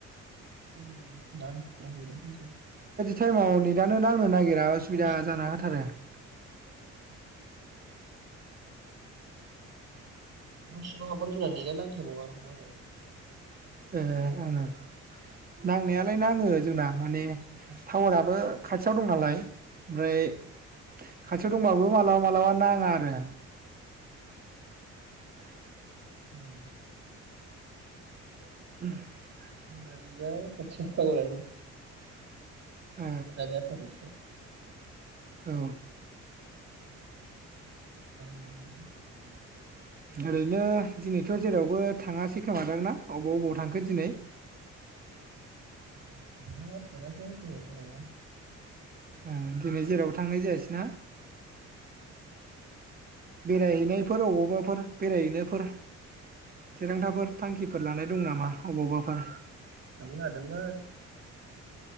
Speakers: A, on the right (about 55°); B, on the right (about 30°).
A: <unintelligible>
B: थाइमाव नेदानो नांनो नागि नागिरा असुबिदा
A: न' सिं
B: जाना होथारो <unintelligible>
A: न' सिङाव हाबबाथ' जोंना नेदानो नांथारबाव आरो ना
B: ए आङो नांनायालाय नाङो जोंना माने
A: आंनाव
B: थावाराबो खाथि <unintelligible> दं नालाय ओमफ्राय खाथियाव दंबाबो मालाबा मालाबा नाङा आरो <unintelligible>
A: उम
B: <unintelligible>
A: <unintelligible> <unintelligible>
B: ओ औ
A: <unintelligible>
B: ओरैनो दिनैथ' जेरावबो थाङासै खोमादां ना अबाव अबबाव थांखो दिनै
A: <unintelligible>
B: ओ दिनै जेरावबो थांनाय जायासै न बेरायहैनाय फोर अबावबाफोर बेरायहैनायफोर थिरांथाफोर थांखिफोर लानाय दं नामा अबावबाफोर
A: थानों नागिरदोंमोन